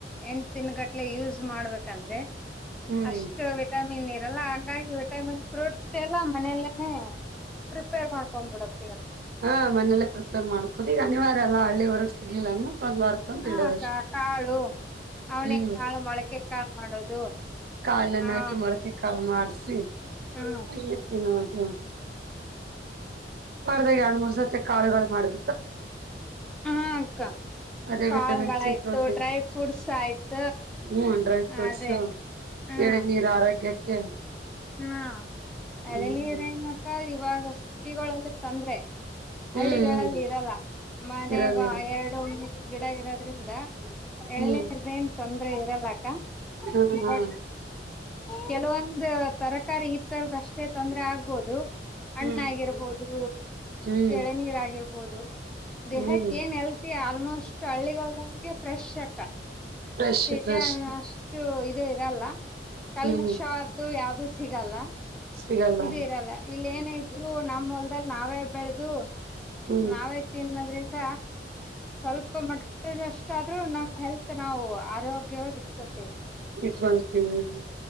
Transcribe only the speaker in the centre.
ಎಂಟ ದಿನ ಗಟ್ಲೆ ಯೂಸ್ ಮಾಡ್ಬೇಕಂದ್ರೆ
ಅಷ್ಟು ವಿಟಮಿನ್ ಇಲ್ಲ ಲ್ಲ ಹಾಗಂಗಾಗಿ ವಿಟಮಿನ್ ಫ್ರೂಟ್ ಎಲ್ಲ ಮನೆಯಲ್ಲೇನೆೇ ಪ್ರಿಪೇರ್ ಮಾಡ್ಕೊಂಡ್ ಬಿಡ್ತೀವಿ ಅಕ್ಕ
ಹ
ಕಾಳು ಅವನೇ
ಕಾಳು ಮೊಳಕೆ ಕಾಳು ಮಾಡೋದು
ಹಾ
ಹ್ಮ
ಹ ಅಕ್ಕ
ಕಾಳುಗಳಯ್ತು
ಡ್ರೈ ಫ್ರೂಟ್ಸ್ ಆಯ್ತ
ಅದೇ ಹ
ಹ ಎಳನೀರ
ಏನ್ ಅಕ್ಕ ಇವಾಗ ಸಿಟಿಗಳಲ್ಲ ತಂದ್ರೆ
ಹಳ್ಳಿಗಳಲ್ಲಿ
ಇರಲ್ಲ ಮನೆಗ
ಎರಡು ಮೂರು ಗಿಡ ಇರೋದ್ರಿಂದ ಎಳನೀರದ
ಏನ್ ತೊಂದ್ರೆ ಇರಲ್ಲ ಅಕ್ಕ
ಬಟ್ ಕೆಲವೊಂದ ತರಕಾರಿ ಈ ತರದ ಅಷ್ಟೇ ತೊಂದರೆ ಆಗ್ಬೋದು. ಹಣ್ಣಗಿರ್ಬೋದು
ಏಳನೀರಗಿರ್ಬೋದು. ಬೊದು. ದೇಹಕ್
ಏನ್ ಎಲ್ಪಿಯ ಆಲ್ಮೋಸ್ಟ್ ಹಳ್ಳಿಗಳ್ಗಾಗಿ ಫ್ರೆಶ್ ಅಕ್ಕ.
ಸಿಟಿ
ಅಂಗ್ ಅಷ್ಟು ಇ ತೆ ಇರಲ್ಲ. ಕಲ್ಮಶವದ್ದು
ಯಾವ್ ಸಿಗಲ್ಲ.
ಇದು ಇರಲ್ಲ ಇಲ್ ಏನೆ ಇ ಇರು ನಮ್ ಹೊಲ್ದಾಗ್ ನಾವೇ ಬೆಳ್ದು.
ನಾವೆ ತಿನ್ನದ್ರೆನ್ ದ ಸ್ವಲ್ಪ ಮಟ್ಟಗಷ್ಟಾದ್ರೂ ನಮ್ ಹೆಲ್ತ್ ನಾವು ಆರೋಗ್ಯವಾಗ್ ಇಟ್ಕೋತೀವಿ.